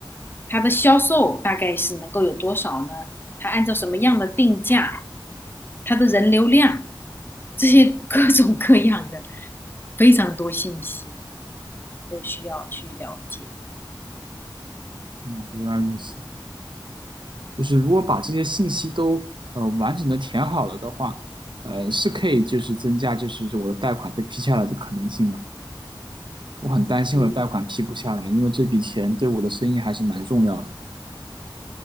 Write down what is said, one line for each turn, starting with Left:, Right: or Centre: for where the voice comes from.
Left: 他的销售大概是能够有多少呢？他按照什么样的定价？他的人流量，这些 <laughs> 各种各样的非常多信息都需要去了解。
Right: 哦，原来如此。就是如果把这些信息都呃完整的填好了的话，呃是可以就是增加就是我的贷款被批下来的可能性吧。我很担心我的贷款批不下来，
Left: 嗯，
Right: 因为这笔钱对我的生意还是蛮重要的。